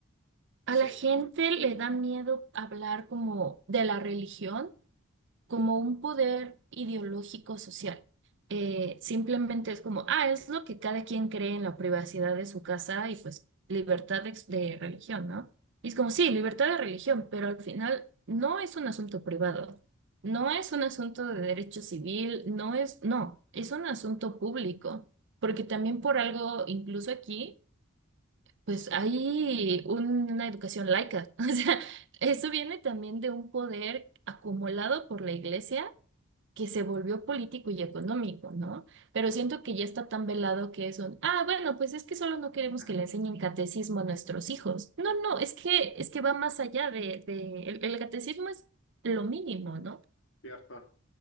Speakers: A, on the right; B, on the left.
A: A
B: Sí.
A: la gente le da miedo hablar como de la religión, como un poder ideológico social. Eh, simplemente es como, ah, es lo que cada quien cree en la privacidad de su casa y pues libertad de, ex- de religión, ¿no? Y es como, sí, libertad de religión, pero al final no es un asunto privado, no es un asunto de derecho civil, no es, no, es un asunto público, porque también por algo, incluso aquí. Pues hay un- una educación laica. <laughs> O sea, eso viene también de un poder acumulado por la iglesia que se volvió político y económico, ¿no? Pero siento que ya está tan velado que es un, ah, bueno, pues es que solo no queremos
B: Ajá.
A: que le enseñen catecismo a nuestros hijos. No, no, es que, es que va más allá de, de, el, el catecismo es lo mínimo, ¿no?
B: Cierto.